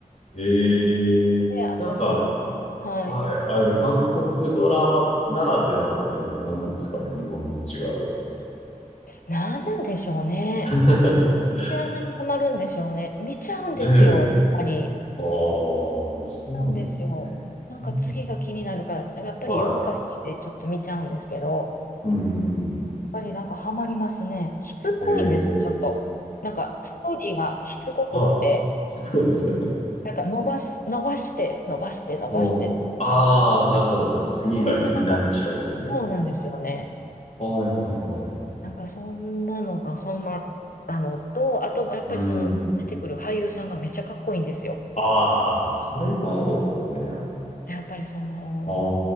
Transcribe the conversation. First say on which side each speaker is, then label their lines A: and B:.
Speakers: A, on the left; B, on the left.
A: ええなんか、
B: で、あと、その、はい。
A: はい、あれですね、韓国ドラマならではのってな何なんですかね、日本と違う。
B: 何なんでしょうね。
A: <laughs>
B: で、あんなにハマるんでしょうね。見ちゃうんですよ、
A: ねえ。
B: やっぱり。
A: ああ、そう
B: 見ちゃうんですよ。
A: なんですね。
B: なんか次が気になるから、
A: なんだろ
B: やっぱり夜更かししてちょっと見ちゃうんですけど、
A: う。はい。うんうんうん。
B: やっぱりなんかハマりますね。しつこいんですちょっと。
A: え
B: なんかストーリーがしつこくって、
A: はい。すごいですね。
B: なんか伸ばし、伸ばして、伸ばして、伸ばして。
A: うん。ああ、
B: あ、こ
A: なるほど。じゃあ次が気になっちゃう。
B: それがなんか、そうなんですよね。
A: はいはいはい。
B: なんかそんなのがハマったのと、あと、やっぱりその出てくる俳優さんがめっちゃかっこいいんですよ。
A: うん。ああ、あそれがあるんですかね、やっぱ。あ
B: やっぱりその、
A: あ、